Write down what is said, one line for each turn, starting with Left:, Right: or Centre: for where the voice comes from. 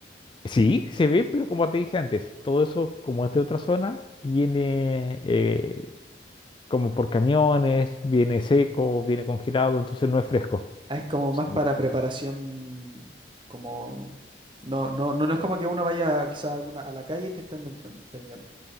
Left: Sí, se ve, pero como te dije antes, todo eso, como es de otra zona, viene, eh, como por camiones, viene seco, viene congelado, entonces no es fresco.
Right: Ah, Es como
Left: Sí.
Right: más para
Left: vi-
Right: preparación, como... No, no, no, no es como que uno vaya quizá a alguna, a la calle y te estén vendi- vendiendo.